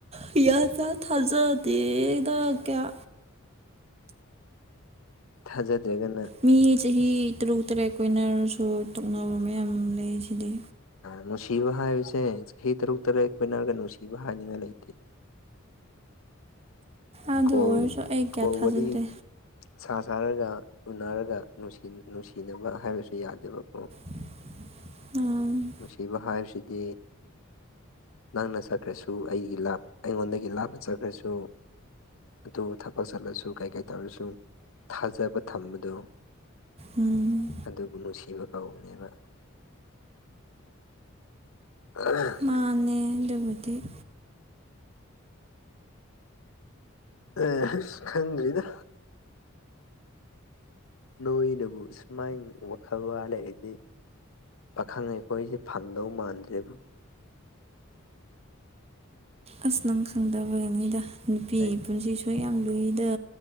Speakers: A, on the right; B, on the left.
A: ꯒꯌꯥꯟ ꯇꯥꯗ‌ꯦ ꯊꯥꯖꯗꯦꯗ ꯀꯌꯥ꯫
B: ꯊꯥꯖꯥꯗ꯭ꯔꯥꯒꯅ꯫
A: ꯃꯤ ꯆꯍꯤ ꯇꯔꯨꯛ ꯇꯔꯦꯠ ꯀꯣꯏꯅꯔꯁꯨ ꯇꯣꯛꯅꯕ ꯃꯌꯥꯝ ꯂꯩ ꯔꯤꯁꯤꯗꯤ꯫
B: ꯅꯨꯡꯁꯤꯕ ꯍꯥꯏꯕꯁꯦ ꯆꯍꯤ ꯇꯔꯨꯛ ꯇꯔꯦꯠ ꯀꯣꯏꯅꯔꯒ ꯅꯨꯡꯁꯤꯕ ꯍꯥꯏꯅꯤꯡꯉꯥꯏ ꯂꯩꯇꯦ꯫
A: ꯑꯗꯨ
B: ꯀꯣꯜ
A: ꯑꯣꯏꯔꯁꯨ ꯑꯩ
B: ꯀꯣꯜ
A: ꯀꯌꯥ ꯊꯥꯖꯗꯦ꯫
B: ꯋꯥꯔꯤ ꯁꯥ ꯁꯥꯔꯒ ꯎꯅꯔꯒ ꯅꯨꯡꯁꯤ ꯅꯨꯡꯁꯤꯅꯕ ꯍꯥꯏꯕꯁꯨ ꯌꯥꯗꯦꯕꯀꯣ꯫
A: <unintelligible> ꯎꯝ
B: ꯅꯨꯡꯁꯤꯕ ꯍꯥꯏꯕꯁꯤꯗꯤ꯫ ꯅꯪꯅ ꯆꯠꯈ꯭ꯔꯁꯨ ꯑꯩꯒꯤ ꯂꯥꯞ ꯑꯩꯉꯣꯟꯗꯒꯤ ꯂꯥꯞꯅ ꯆꯠꯈ꯭ꯔꯁꯨ꯫ ꯑꯗꯨ ꯊꯕꯛ ꯆꯠꯂꯁꯨ ꯀꯩ ꯀꯩ ꯇꯧꯔꯁꯨ ꯊꯥꯖꯕ ꯊꯝꯕꯗꯨ꯫
A: ꯎꯝ
B: ꯑꯗꯨꯕꯨ ꯅꯨꯡꯁꯤꯕ ꯀꯧꯕꯅꯦꯕ <inaudible>
A: ꯃꯥꯅꯦ <inaudible>
B: ꯑ ꯈꯪꯗꯔꯤꯗ ꯅꯣꯏꯅꯕꯨ ꯁꯨꯃꯥꯏꯅ ꯋꯥꯈꯜ ꯋꯥ ꯂꯩꯔꯗꯤ ꯄꯥꯈꯪ ꯑꯩꯈꯣꯏꯁꯦ ꯐꯪꯗꯧ ꯃꯥꯟꯗꯔ‌ꯦꯕꯨ
A: ꯑꯁ ꯅꯪ ꯈꯪꯗꯕ ꯒꯤꯅꯤꯗ ꯅꯨꯄꯤꯁꯨ
B: ꯍꯥꯏꯗꯤ
A: ꯄꯨꯟꯁꯤꯁꯨ ꯌꯥꯝ ꯂꯨꯏꯗ